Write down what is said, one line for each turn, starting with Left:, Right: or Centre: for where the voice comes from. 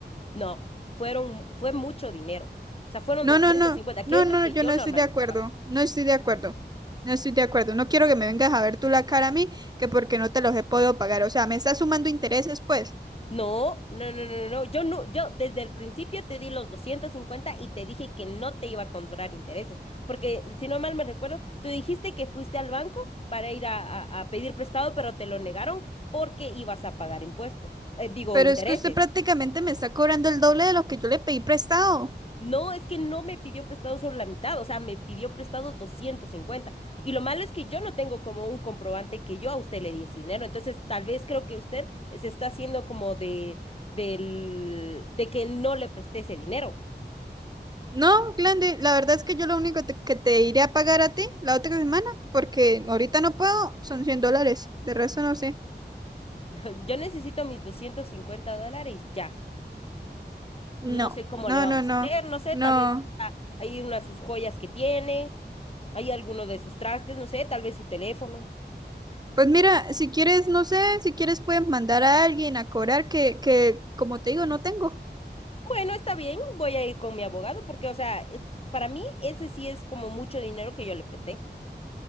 Left: No, fueron, fue mucho dinero. O sea, fueron
Right: No,
Left: doscientos
Right: no, no,
Left: cincuenta.
Right: no,
Left: que es
Right: no,
Left: lo que
Right: yo
Left: yo
Right: no
Left: normalmente
Right: estoy de acuerdo,
Left: pagaba.
Right: no estoy de acuerdo, no estoy de acuerdo. No quiero que me vengas a ver tú la cara a mí, que porque no te los he podido pagar. O sea, me está sumando intereses, pues.
Left: No, no, no, no, no. Yo no, yo desde el principio te di los 250 y te dije que no te iba a cobrar intereses, porque si no mal me recuerdo, tú dijiste que fuiste al banco para ir a, a- a pedir prestado, pero te lo negaron porque ibas a pagar impuestos, eh, digo,
Right: Pero
Left: intereses.
Right: es que usted prácticamente me está cobrando el doble de lo que yo le pedí prestado.
Left: No, es que no me pidió prestado solo la mitad, o sea, me pidió prestado doscientos cincuenta Y lo malo es que yo no tengo como un comprobante que yo a usted le di ese dinero. Entonces, tal vez creo que usted se está haciendo como de, del, de que no le presté ese dinero.
Right: No, Glendy, la verdad es que yo lo único te- que te iré a pagar a ti la otra semana, porque ahorita no puedo, son 100 dólares, de resto no sé.
Left: <laughs> Yo necesito mis 250 dólares ya. No
Right: No,
Left: sé cómo
Right: no,
Left: le vamos
Right: no, no,
Left: a hacer, no sé,
Right: no.
Left: tal vez ah, hay una de sus joyas que tiene, hay alguno de sus trastes, no sé, tal vez su teléfono.
Right: Pues mira, si quieres, no sé, si quieres puedes mandar a alguien a cobrar que, que, como te digo, no tengo.
Left: Bueno, está bien, voy a ir con mi abogado porque, o sea, es, para mí ese sí es como mucho dinero que yo le presté.